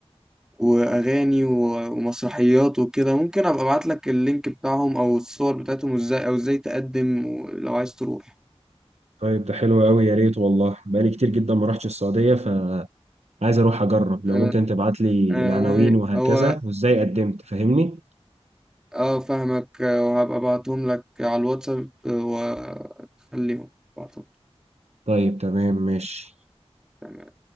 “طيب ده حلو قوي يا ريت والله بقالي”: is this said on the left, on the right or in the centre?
Right